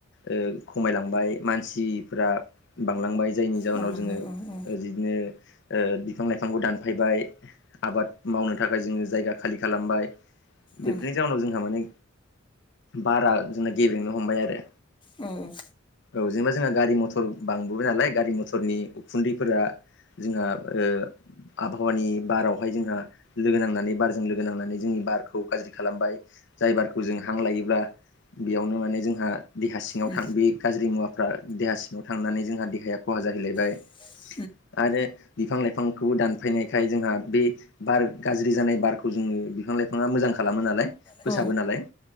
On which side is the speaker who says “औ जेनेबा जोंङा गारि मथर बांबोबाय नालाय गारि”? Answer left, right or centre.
Left